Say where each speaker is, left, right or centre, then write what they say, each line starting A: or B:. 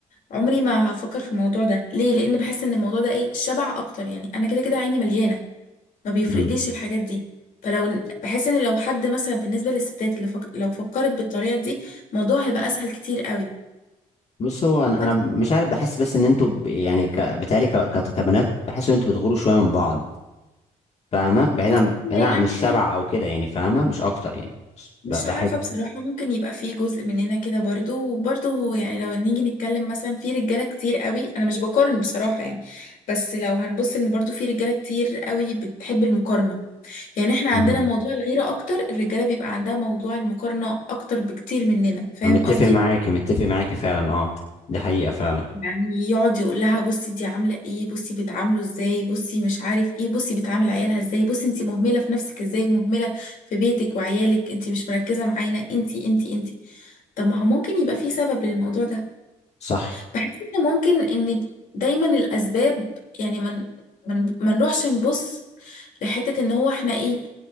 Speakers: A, on the left; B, on the left.
A: عمري ما هفكر في الموضوع ده ليه لان بحس ان الموضوع ده ايه شبع اكتر يعني انا كده كده عيني مليانه ما بيفرقليش
B: امم
A: الحاجات دي فلو إن- بحس ان لو حد مثلا بالنسبه للستات اللي فك... لو فكرت بالطريقه دي الموضوع هيبقى اسهل كتير قوي
B: بص هو انا
A: بس
B: أنا مش عارف بحس بس ان انتوا ب- يعني ك... بتهيألي ك... ك- كبنات بحس ان انتوا بتغوروا شوية من بعض فاهمة بعيدا
A: بص
B: بعيدا
A: يعني
B: عن الشبع او كده يعني فاهمة مش اكتر يعني بس
A: مش
B: ب... بحس
A: عارفة بصراحة ممكن يبقى في جزء مننا كده برضو وبرضو يعني لو نيجي نتكلم مثلا في رجالة كتير قوي أنا مش بقارن بصراحة يعني بس لو هنبص إن برضو في رجالة كتير قوي بتحب المقارنة يعني إحنا
B: امم
A: عندنا موضوع الغيرة أكتر الرجالة بيبقى عندها موضوع المقارنة أكتر بكتير مننا فاهم
B: أنا متفق
A: قصدي؟
B: معاكي متفق معاكي فعلا اه دي حقيقة فعلا
A: يعني يقعد يقول لها بصي دي عامله ايه بصي بتعامله ازاي بصي مش عارف ايه بصي بتعامل عيالها ازاي بصي انتي مهمله في نفسك ازاي ومهمله في بيتك وعيالك انتي مش مركزه معانا انتي انتي انتي طب ما هو ممكن يبقى في سبب للموضوع ده
B: صح
A: بحس ان ممكن ان دايما الاسباب يعني من من ما نروحش نبص لحتة ان هو احنا ايه